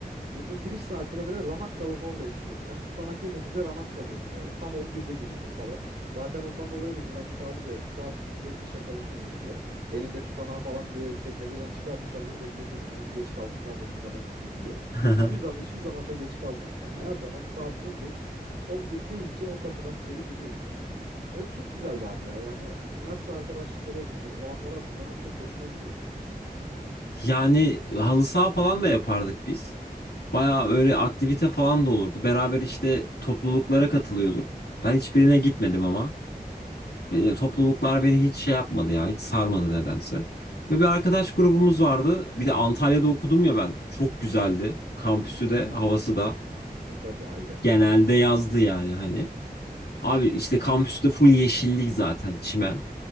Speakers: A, on the right; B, on the left.
A: Yurdun giriş saatine böyle ramak zorla yetişiyorduk. Hani tutanak yememize ramak kalıyordu böyle. Tam 11'de giriyorduk falan. Zaten ondan dolayı da güvenlik abi de sağ olsun sürekli şakalaşıyordu bizle. Elinde tutanağı falan bilerek çekmeceden çıkarmış hazır bekletiyordu. Bugün geç kalsınlar da tutanak tutayım diye.
B: <laughs>
A: Hiçbir zaman hiçbir zamanda geç kalmadık ama her zaman saat en geç 11 deyince o kapıdan içeri giriyorduk. Öyle çok güzeldi abi ya. Yani üniversite arkadaşlıkları edinmek, o anları hatırlamak çok hoşuma gidiyor.
B: Yani halı saha falan da yapardık biz. Baya öyle aktivite falan da olurdu. Beraber işte topluluklara katılıyorduk. Ben hiçbirine gitmedim ama. Beni, topluluklar beni hiç şey yapmadı ya. Hiç sarmadı nedense. Ve bir arkadaş grubumuz vardı. Bir de Antalya'da okudum ya ben. Çok güzeldi. Kampüsü de havası da.
A: E tabi ayrı.
B: Genelde yazdı yani hani. Abi işte kampüste full yeşillik zaten çimen.